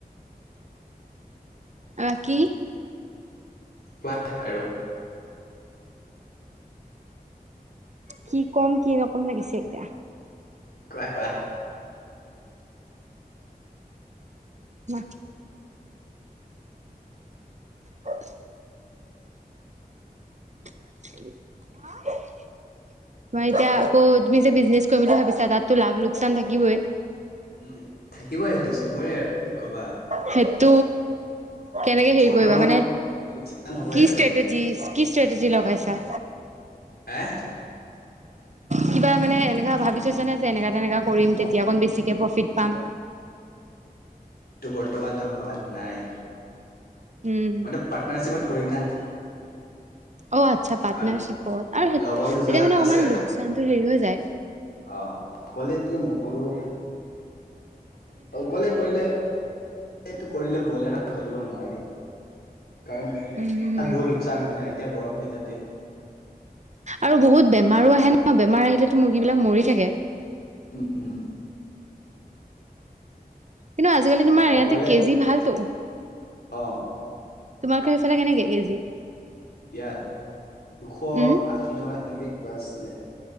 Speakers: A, on the right (about 45°); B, on the left (about 80°).
A: আহ কি
B: কোৱা আৰু
A: কি ক'ম কি নকম লাগিছে এতিয়া
B: কোৱা কোৱা
A: ম হয় <inaudible> মই এতিয়া আকৌ তুমি যে বিজনেচ কৰিম বুলি ভাবিছা তাতো লাভ লোকচান থাকিবই
B: উম থাকিব সেইটো চবৰে আৰু কি কবা
A: সেত কেনেকে হেৰি
B: প্ৰথমত
A: কৰিবা মানে
B: লোকচান হ'বই
A: কি
B: আৰু
A: ষ্ট্ৰেটেজি কি ষ্ট্ৰেটেজী লগাইছা
B: হে
A: কিবা মানে এনেককাা ভাবিছৈছানে যে এনেকা তেনেকা কৰিম তেতিয়া অকণ বেছিকে প্ৰফিট পাম
B: এইটো বৰ্তমানটো হ নাই
A: উম
B: মই পাৰ্টনাৰশ্বিপত কৰিম না
A: অ আচ্ছা পাৰ্টনাৰশ্বিপত
B: আৰু
A: আৰু তেতিয়া
B: লগৰ দুজনমান
A: মানে
B: আছে
A: অকমান
B: আৰু
A: লোকচানটো হেৰি হৈ যায়
B: অ অকলেতো নকৰো অকলে কৰিলে এইটো কৰিলে ব্ৰইলাৰখন খুলিব নোৱাৰি কাৰণ তাত
A: উম
B: বহুত লোকচান হয় নাই এতিয়া গৰম দনাতে
A: আৰু বহুত বেমাৰো আহে ন বেমাৰ আহিলেতো মুৰ্গীবিলাক
B: অ
A: মৰি থাকে
B: উম
A: কিন্তু আজিকালি তোমাৰ ইয়াতে
B: অকলে
A: কেজি ভালতো
B: অ
A: তোমালোকৰ এইফালে কেনেকে কেজি
B: ইয়াত দুশ
A: উম
B: আশী টকা এনেকে কিবা আছিলে